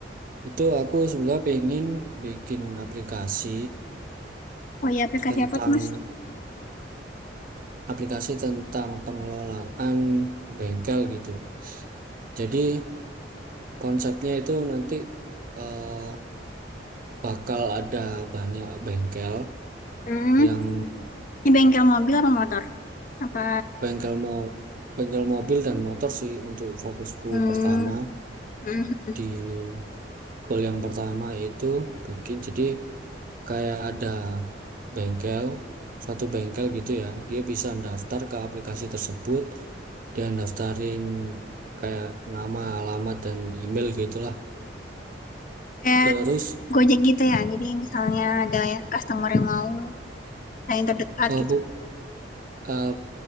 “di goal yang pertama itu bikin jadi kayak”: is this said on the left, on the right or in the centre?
Right